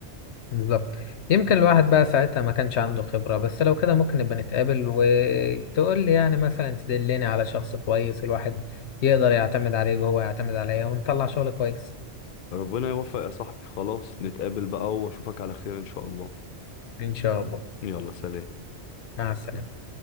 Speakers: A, on the left (about 70°); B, on the left (about 55°).
A: بالظبط يمكن الواحد بقى ساعتها ما كانش عنده خبره بس لو كده ممكن نبقى نتقابل وتقول لي يعني مثلا تدلني على شخص كويس الواحد يقدر يعتمد عليه وهو يعتمد عليا ونطلع شغل كويس
B: ربنا يوفق يا صاحبي خلاص نتقابل بقى واشوفك على خير ان شاء الله
A: ان شاء الله
B: يلا سلام
A: مع السلامه